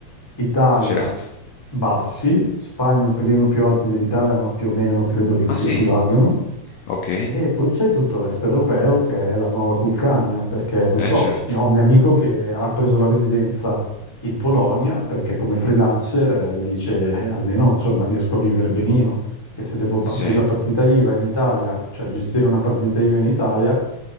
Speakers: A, on the left (about 25°); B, on the left (about 75°).
A: Italia
B: certo.
A: bassi, Spagna un pelino più alti dell'Italia, ma più o meno credo che si
B: Ah sì,
A: equivalgano.
B: ok,
A: E poi c'è tutto l'est europeo che è la nuova cuccagna, perché non
B: eh
A: so,
B: certo,
A: io ho un mio amico che ha preso la residenza in Polonia perché come freelancer eh, dice "Eh, almeno insomma riesco a vivere benino, che se devo
B: sì,
A: pa- aprire la partita IVA in Italia, cioè gestire una partita IVA in Italia,